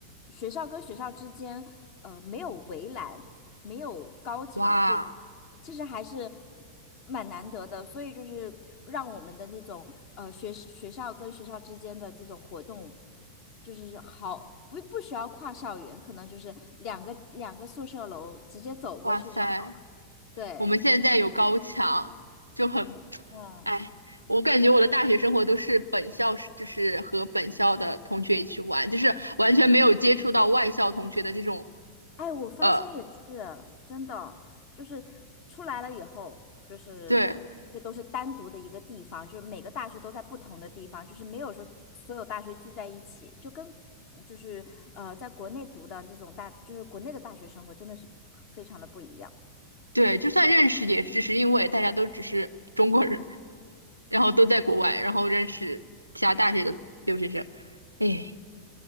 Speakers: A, on the left; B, on the right.
A: 学校跟学校之间，呃，没有围栏，没有高墙这种，
B: 哇
A: 其实还是蛮难得的。所以就是让我们的那种，呃，学学校跟学校之间的这种活动，就是好不不需要跨校园，可能就是两个两个宿舍楼直接走过去就好了。
B: 哇塞，
A: 对，
B: 我们现在有高墙，就很，
A: 嗯。
B: 哎，我感觉我的大学生活都是本校是，就是和本校的同学一起玩，就是完全没有接触到外校同学的这种，
A: 哎，我发现也是真的，
B: 呃，
A: 就是出来了以后，就是
B: 对。
A: 这都是单独的一个地方，就是每个大学都在不同的地方，就是没有说所有大学聚在一起，就跟就是呃，在国内读的这种大，就是国内的大学生活真的是非常的不一样。
B: 对，就算认识，也只是因为大家都只是中国人，然后都在国外，
A: 嗯。
B: 然后认识其他大学的留学生。哎，